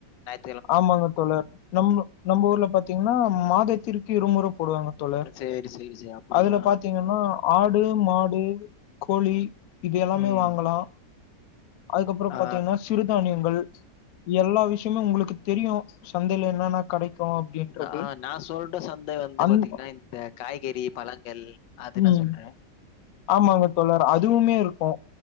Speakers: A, on the left; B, on the left.
A: ஞாயி
B: ஆமாங்க தோழர் நம் நம்ம ஊர்ல பாத்தீங்கன்னா மாதத்திற்க இருமுற போடுவாங்க தோழர்
A: ஆ சேரி சேரி சே யா அப்படியா?
B: அதுல பாத்தீங்கன்னா ஆடு மாடு கோழி இது எல்லாமே
A: ம்.
B: வாங்கலா அதுக்கப்பறோ
A: ஆ.
B: பாத்தீங்கன்னா சிறுதானியங்கள் எல்லா விஷ்யமு உங்ளுக்கு தெரியு சந்தையில என்னென்ன கெடைக்கு அப்டின்றது
A: நா ஆ நா சொல்ற சந்த வந்து
B: அந்
A: பாத்தீங்கன்னா இந்த காய்கறி, பழங்கள் அது
B: ம்
A: நா சொல்றே
B: ஆமாங்க தோழர் அதுவுமே இருக்கோ